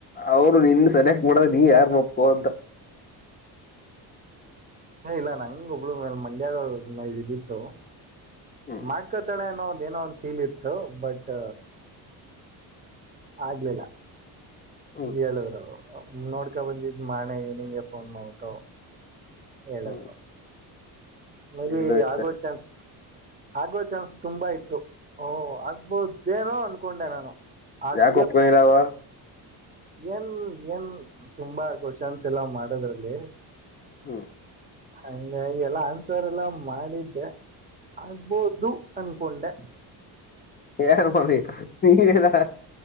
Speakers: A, on the left (about 25°); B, on the right (about 20°).
A: ಅವ್ರು ನಿನ್ ಸನಯಕ್ ಮಾಡೋದ ನೀ ಯಾರ್ ಮಪ್ಕೋ ಅಂತ
B: ಹ ಇಲ್ಲ ನಂಗ ಒಬ್ಳು ಮೇಲೆ ಮಂಡ್ಯದ ಇದಿತ್ತು
A: ಹ್ಮ್
B: ಚಕ್ಕ ತಡೆ ಅನ್ನೋದ ಏನೋ ಒ ಫೀಲ್ ಇತ್ತು ಬಟ್ ಆಗ್ಲಿಲ್ಲ
A: ಹ್ಮ್
B: ಹೇಳುದ್ರ ನೋಡ್ಕಾ ಬಂದಿದ್ ಮಾಡಳೆನಿಂಗೆ ಫೋನ್ ಮಾಡ್ಬಟ ಹೇಳಿದ್ರು
A: ಹ್ಮ್
B: ಮೇ ಬಿ
A: ಇಲ್ಲ ಇಷ್ಟ
B: ಆಗೋ ಚಾನ್ಸ್ ಆಗೋ ಚಾನ್ಸ್ ತುಂಬಾ ಇತ್ತು ಓಹ ಆಗ್ಬೋದೇನೋ ಅನ್ಕೊಂಡೆ ನಾನು ಆಗೆ
A: ಾನ್ ಕೊಪ್ಪಲಾವ
B: ಏನ್ ಏನ್ ತುಂಬಾ ಕ್ವಶನ್ಸ್ ಎಲ್ಲಾ ಮಾಡದ್ರಲ್ಲಿ
A: ಹ್ಮ್
B: ಹಂಗ ಎಲ್ಲ ಆನ್ಸರ್ ಎಲ್ಲ ಮಾಡಿದ್ದೆ ಆಗ್ಬೋದು ಅನ್ಕೊಂಡೆ
A: ಯಾರ ಮಾಡ ನೀಲ್ಲ